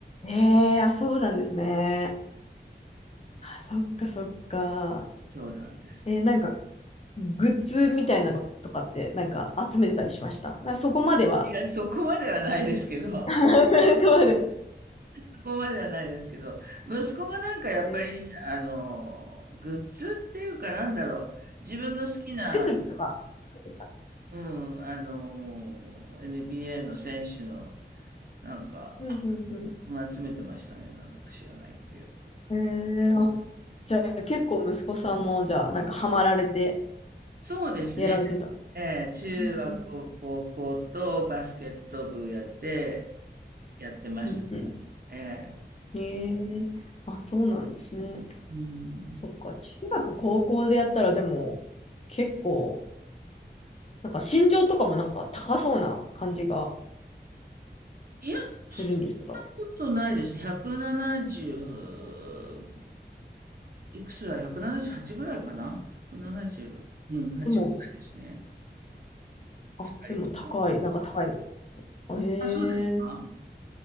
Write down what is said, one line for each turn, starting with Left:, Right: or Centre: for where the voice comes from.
Left: へえ、あ、そうなんですね。あ、そっかそっか。
Right: そうなんです。
Left: えーなんか、グッズみたいなのとかって、なんか集めてたりしましたなそこまでは。
Right: いや、そこまではないですけど、
Left: <laughs> そこまで。
Right: そこまではないですけど、息子がなんかやっぱり、
Left: えー
Right: あの、グッズっていうかなんだろう、自分の好きな
Left: 靴とか、服とか。
Right: うん、あのー、NBA の選手の、なんか、
Left: うん、うん、
Right: うん集めてましたね。なんだか知らないけど、よく。
Left: うん。えー、
Right: うん
Left: あ、じゃあ結構息子さんも、じゃあ、なんかハマられて、
Right: そうですね。
Left: やられてたの。
Right: えー中学、
Left: うん、うん、
Right: 高校とバスケット部やって、やってました。
Left: うん。うん
Right: え
Left: へえ、あ、そうなんですね。
Right: ーうん。
Left: そっか、中学、高校でやったらでも、結構、なんか身長とかもなんか高そうな感じが
Right: いや、
Left: するんですが。
Right: そんなことないです。170、いくつだ ?178 ぐらいかな ?170、うん、8ぐらいですね。
Left: でも、あ、
Right: 二人とも。
Left: でも高い、なんか高いですね。へえ、
Right: あ、そうですか